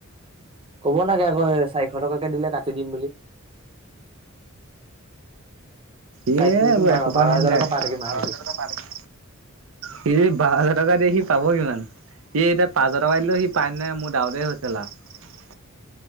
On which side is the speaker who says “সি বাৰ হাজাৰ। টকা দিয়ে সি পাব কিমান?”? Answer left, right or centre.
Right